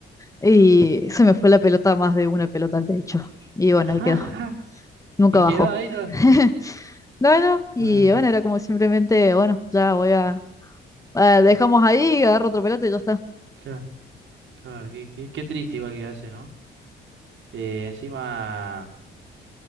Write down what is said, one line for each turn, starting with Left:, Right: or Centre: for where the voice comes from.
Left: y se me fue la pelota más de una pelota al techo. Y bueno,
Right: <laughs>
Left: ahí quedó. Nunca
Right: Y quedó
Left: bajó.
Right: ahí, ¿no?
Left: <laughs> Bueno, y
Right: Ah,
Left: bueno, era como simplemente, bueno, ya voy a... ah, dejamos ahí, agarro otra pelota y ya está.
Right: claro, claro, qué, qué- qué triste igual que hace, ¿no? Eh, encima.